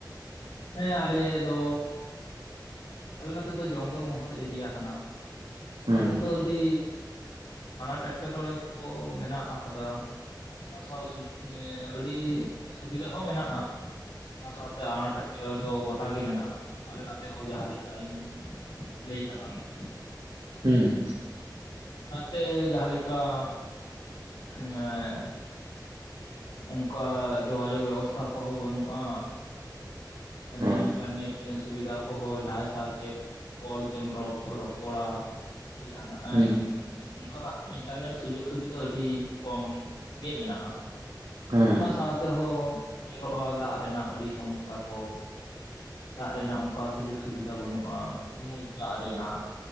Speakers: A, on the left (about 80°); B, on the right (about 75°).
A: ᱦᱮᱸ ᱟᱞᱮ ᱫᱚ ᱟᱞᱮ ᱱᱚᱛᱮ ᱫᱚ ᱡᱚᱝᱜᱚᱞ ᱢᱚᱦᱚᱞ ᱮᱨᱤᱭᱟ ᱠᱟᱱᱟ
B: ᱦᱩᱸ
A: ᱟᱞᱮ ᱫᱚ ᱟᱹᱰᱤ ᱟᱱᱟᱴ ᱮᱸᱴᱠᱮᱴᱚᱲᱮ ᱠᱚ ᱢᱮᱱᱟᱜ ᱟᱠᱟᱫᱟ᱾ ᱚᱱᱟ ᱥᱟᱶ ᱥᱩ ᱟᱹᱰᱤ ᱥᱩᱵᱤᱫᱷᱟ ᱦᱚᱸ ᱢᱮᱱᱟᱜᱼᱟ᱾ ᱚᱱᱟ ᱥᱟᱶᱛᱮ ᱟᱱᱟᱴ ᱮᱸᱴᱠᱮᱴᱚᱲᱮ ᱫᱚ ᱜᱚᱴᱟ ᱜᱮ ᱢᱮᱱᱟᱜᱼᱟ ᱟᱞᱮ ᱱᱚᱛᱮ ᱦᱚᱸ ᱡᱟᱦᱟᱸ ᱞᱮᱠ ᱠᱟ ᱤᱧᱤᱧ ᱞᱟᱹᱭ ᱛᱟᱞᱟᱝᱼᱟ᱾
B: ᱦᱩᱸ,
A: ᱥᱮ ᱡᱟᱦᱟᱸ ᱞᱮᱠᱟ ᱮᱸ ᱚᱝᱠᱟ ᱡᱳᱜᱟᱡᱳᱜ ᱵᱮᱵᱚᱥᱛᱟ ᱠᱚᱦᱚᱸ ᱵᱟᱹᱱᱩᱜᱼᱟ᱾ ᱮᱢᱱᱤ
B: ᱦᱩᱸ
A: ᱤᱱᱴᱟᱨᱱᱮᱴ ᱥᱩᱵᱤᱫᱟ ᱠᱚᱦᱚᱸ ᱡᱟᱦᱟᱸᱭ ᱥᱟᱶᱛᱮᱼᱼ ᱠᱚᱞ ᱛᱮᱢ ᱨᱚᱯᱚ ᱨᱚᱯᱚᱲᱟ ᱥᱮ ᱡᱟᱦᱟᱱᱟᱜ
B: ᱦᱩᱸ
A: ᱮᱢᱼᱼ ᱚᱝᱠᱟᱱᱟᱜ ᱤᱱᱴᱟᱨᱱᱮᱴ ᱥᱩᱡᱳᱜ ᱥᱩᱵᱤᱫᱟ ᱟᱰᱤ ᱠᱚᱢ ᱜᱮ ᱢᱮᱱᱟᱜᱼᱟ᱾
B: ᱦᱩᱸ
A: ᱚᱱᱟ ᱥᱟᱶ ᱛᱮᱦᱚᱸ ᱧᱮᱞᱚᱜᱼᱟ ᱫᱟᱜ ᱨᱮᱱᱟᱜ ᱟᱹᱰᱤ ᱥᱚᱢᱚᱥᱥᱟ ᱠᱚ᱾ ᱫᱟᱜ ᱨᱮᱱᱟᱜ ᱚᱱᱠᱟ ᱥᱩᱡᱳᱜ ᱥᱩᱵᱤᱫᱟ ᱵᱟᱹᱱᱩᱜᱼᱟ ᱧᱩ ᱫᱟᱜ ᱨᱮᱱᱟᱜ᱾